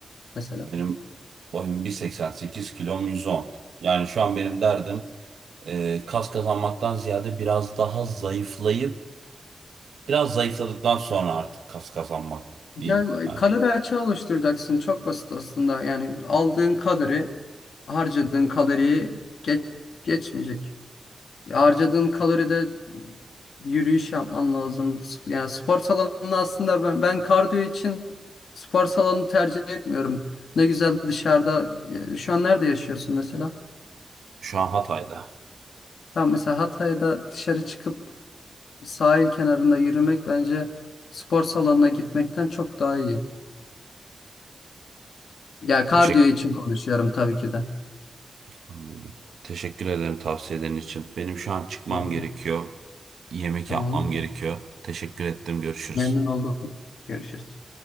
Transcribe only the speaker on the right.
Benim boyum 1.88 kilom 110. Yani şu an benim derdim e, kas kazanmaktan ziyade biraz daha zayıflayıp biraz zayıfladıktan sonra artık kas kazanmak
diyeyim. Yani
şu an Hatay'da.
Teşekkür
Anladım. Teşekkür ederim tavsiyelerin için. Benim şu an çıkmam
gerekiyor. Yemek
yapmam gerekiyor. Teşekkür ettim. Görüşürüz.